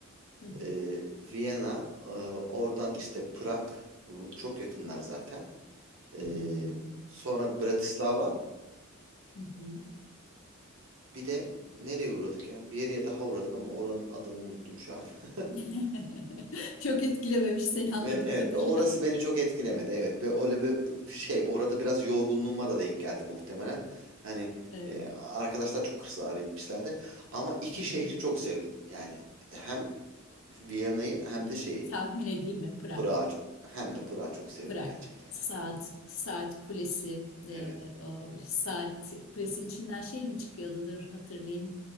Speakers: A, on the left (about 65°); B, on the right (about 65°).
A: hı hı,
B: Ee, Viyana, e, oradan işte Prag, bu çok yakınlar zaten.
A: hmm,
B: Ee, sonra Bratislava,
A: hı hı.
B: Bir de nereye uğradık ya? Bir yere daha uğradık ama oranın adını unuttum şu an. <laughs>
A: <laughs> Çok etkilememiş seni anladığım
B: E, Evet,
A: kadarıyla.
B: ve orası beni çok etkilemedi. Evet, ve öyle bir bir şey orada biraz yorgunluğuma da denk geldi muhtemelen. Hani
A: Evet.
B: e, arkadaşlar çok ısrar etmişlerdi. Ama iki
A: Hı hı.
B: şehri çok sevdim. Yani hem Viyana'yı hem de şeyi
A: Tahmin edeyim mi? Prag.
B: Prag'ı çok hem de Prag'ı çok sevdim
A: Prag.
B: gerçekten
A: Saat,
B: yani. Hı hı.
A: saat kulesi, e,
B: Evet.
A: o saat kulesinin içinden şey mi çıkıyordu? Dur hatırlayayım.